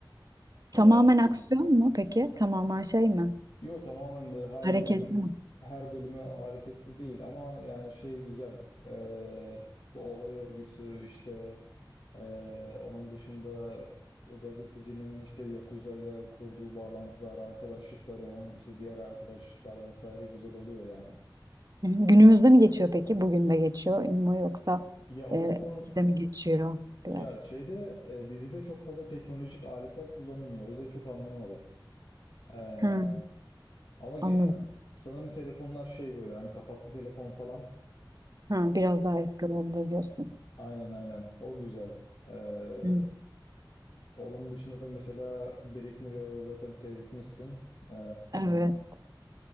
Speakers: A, on the left (about 80°); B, on the right (about 45°).
A: Ya
B: Tamamen aksiyon mu peki? Tamamen şey mi?
A: yo tamamen böyle her
B: Hareketli
A: bölüm
B: mi?
A: her bölümü hareketli değil ama yani şey güzel. Ee, bu olay örgüsü işte ee, onun dışında o gazetecinin işte Yakuza ile kurduğu bağlantılar, arkadaşlıkları, işte diğer arkadaşlıklar vesaire güzel oluyor yani.
B: Hı hı. Günümüzde mi geçiyor peki? Bugün de geçiyor mu yoksa
A: Ya o
B: e,
A: konu
B: eskide mi geçiyor biraz?
A: ya şeyde e, dizide çok fazla teknolojik aletler kullanılmıyor. O yüzden çok anlayamadım. Ee,
B: Hı,
A: ama ge-
B: anladım.
A: sanırım telefonlar şey böyle hani kapaklı telefon falan.
B: Ha, biraz daha eski olabilir diyorsun.
A: Aynen aynen. O güzel. Ee,
B: Hı.
A: onun dışında da mesela Brick Mirror'ı zaten seyretmişsin. Ee,
B: Evet.